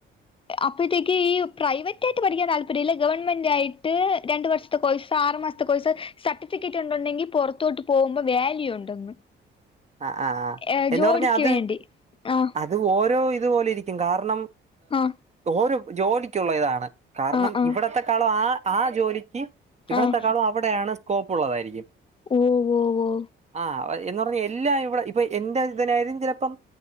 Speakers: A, on the left; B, on the right.
A: അപ്പഴത്തേക്ക് ഈ പ്രൈവറ്റ് ആയിട്ട് പഠിക്കാൻ താല്പര്യംല്ല ഗവൺമെന്റ് ആയിട്ട് രണ്ട് വർഷ ത്തെ കോഴ്സ് ആറ് മാസത്തെ കോഴ്സ് സർട്ടിഫിക്കറ്റ് ഉണ്ടെങ്കിൽ പുറത്തോട്ട് പോകുമ്പോ വാ ല്യു ഉണ്ടെന്ന്
B: ആ ആ ആ
A: ഏഹ്
B: എന്ന്
A: ജോലിക്ക്
B: പറഞ്ഞാൽ അത്
A: വേണ്ടി ആഹ്
B: അത് ഓരോ ഇതുപോലെ ഇരിക്കും കാരണം
A: ആഹ്
B: ഓരോ ജോലിക്കുള്ള ഇതാണ് കാരണം
A: ആഹ് ആഹ്
B: ഇവിടത്തെക്കാളും ആ ആ ജോലിക്ക് ഇവിടത്തെക്കാളും
A: ആഹ്
B: അവിടെയാണ് സ്കോപ്പ് ഉള്ളതായിരിക്കും
A: ഓ ഓ ഓ
B: ആ എന്ന് പറഞ്ഞ എല്ലാം ഇവിടെ ഇപ്പൊ എന്റെ ഇതിനും ചിലപ്പം